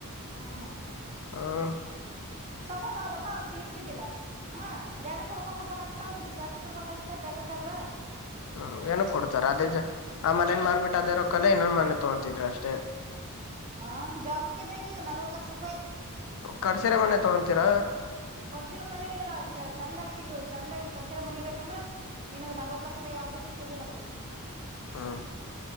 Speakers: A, on the right; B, on the left.
A: ಹ್ಮ್
B: ಹ್ಮ್
A: ಸಫೋಸ್ ಹೌದಪ್ಪ ಅವ್ರಗ್ ತೀರ್ಸಿದ್ದಿಲ್ಲ ಹಾ ಜಾಗಕ್ ರೊಕ್ಕ ಕೊಡ್ಬಬೇಕ ಆತಿತ್ತ ಇನ್ನು ಜಾಸ್ತಿ ಕೊಡ್ಬೇಕಾಗಿತ್ತ ಜಾಗಕ್ಕ ಆದ್ರ
B: ಹ್ಮ್ ಏನ ಕೊಡ್ತಾರ ಅದೇಜ ಆ ಮನೇನ್ ಮಾರ್ಬಿಟ್ಟು ಅದೇ ರೊಕ್ಕ ಅದರಲ್ಲೇ ಇನ್ನೊಂದು ಮನೆ ತಗೊತಿದ್ದೆ ಅಷ್ಟೇ
A: ಹಾ ಜಾಗಕ್ಕೆ ಬೇಕೀಗ ನಲ್ವತ್ ಲಕ್ಷ ರೂಪಾಯಿ
B: ಕಟ್ಟಿಸಿರೋ ಮನೆ ತಗೊಂತೀರ
A: ಕಟ್ಟಿಸಿರೋ ಮನೆ ನಿನಗ ನಿನ್ ಚಂದಾಗ ಸಿಗ ಚಂದ ಕಟ್ಸಿರ ಮನೆ ಬೇಕಂದ್ರೆ ನಿನಗ್ ನಲ್ವತ್ ಲಕ್ಷದಾಗ ಯಾವ್ದ್ ಸಿಕ್ತಿರ್ಲಿಲ್ಲಪ್ಪಿ
B: ಹ್ಮ್